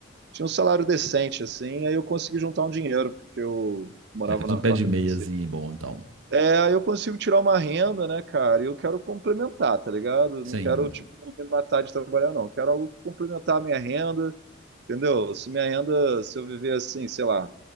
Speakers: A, on the right; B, on the right.
A: tinha um salário decente, assim, aí eu consegui juntar um dinheiro, porque eu morava
B: Já fez
A: num
B: um
A: apartamento
B: pé de meiazinho
A: C.
B: bom, então.
A: É, aí eu consigo tirar uma renda, né, cara? E eu quero complementar, tá ligado? Eu
B: Sim.
A: Não quero, tipo, me matar de trabalhar, não. Eu Quero algo que complementar a minha renda, entendeu? Se minha renda, se eu viver assim, sei lá,